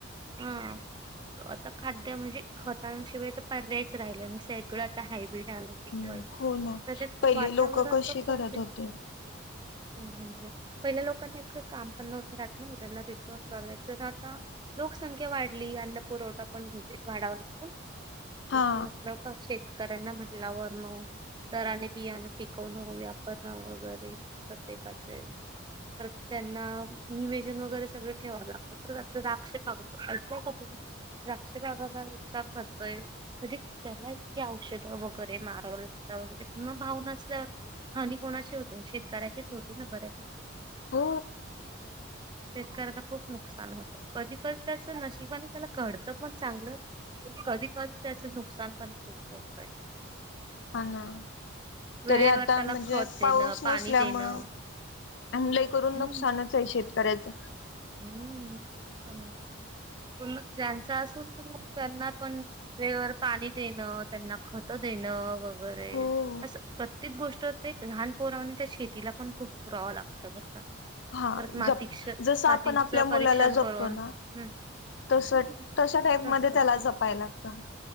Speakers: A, on the right (about 20°); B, on the left (about 60°).
A: ह आता खाद्य म्हणजे खतांशिवाय तर पर्यायच राहिलं आणि सगळं आता हायब्रिड ल पिक
B: हम्म
A: वईल
B: हो ना
A: तसेच
B: पहिले
A: वातावरण
B: लोक कसे
A: तर
B: करत
A: खूप बेस्ट
B: होते
A: नाही मग पहिल्या लोकांना एक काम पण नव्हतं राह हो त्यांना तसकच करायचं आता लोकसंख्या वाढली अन्न पुरवठा पण म्हजे वाढावा लागत
B: हा
A: कस म्हटल शेतकऱ्यांना म्हटल्यावर मग दराने बियाण पिकवणं हव्यापण वगैरे प्रत्येकाचे तर त्यांना निवेेजन वगैरे सगळं ठेवावं लागतं दक्षबागच <unintelligible> ऐकू का तुम्ही द्राक्षबागाला इ खर्च त्यांना <unintelligible> इतकी औषध वगैरे माराव लागत भाव <unintelligible> हानी कोणाची होते शेतकऱ्याचीच होती ना बऱ्यापैकी
B: ओ
A: <inaudible> शेतकऱ्याला खूप नुकसान होतं कधी कधी त्याच नशिबाने त्याला घडतं पण चांगलं कधी कधी त्याचं नुकसान पण खूप होत <unintelligible>
B: हा ना
A: वेळेवर
B: तरी आता
A: त्याला
B: म्हणजे
A: खत देणं
B: पाऊस
A: पाणी
B: नसल्यामुळ
A: देणं
B: अ <unintelligible> लई करून
A: हम्म
B: नुकसानच आहे शेतकऱ्याच
A: हम्म नुकसान पण आहे पण ज्यांचं असून पण त्यांना पण वेळेवर पाणी देणं त्यांना खत देणं वगर बरंय
B: हो
A: असं प्र प्रत्येक गोष्ट ते लहान पोरावानी त्या शेतीला पण खूप पुरावं लागतं बर का
B: हा
A: परत मातीक्ष
B: जप जस आपण
A: मातीचं
B: आपल्या मुलाला
A: परीक्षण
B: जपतो
A: करून
B: ना
A: हम्म
B: तस
A: हम्म
B: तशा टाईप
A: तस
B: म त्याला जपाय लागत